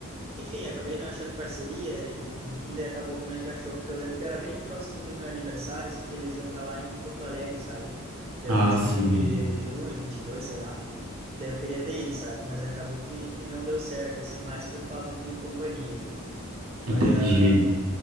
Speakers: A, on the right (about 25°); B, on the right (about 85°).
A: Enfim, acabei não achando parceria e, enfim, daí acabou que não encaixou, porque eu lembro que era bem próximo do meu aniversário, que eles iam estar lá em Porto Alegre, sabe? Dia
B: Ah,
A: 21
B: sim.
A: de junho, 22 sei lá. E daí eu queria ter ido, sabe? Mas acabou que, que não deu certo, assim, mais por falta de companhia mesmo.
B: Entendi.
A: Mas ah,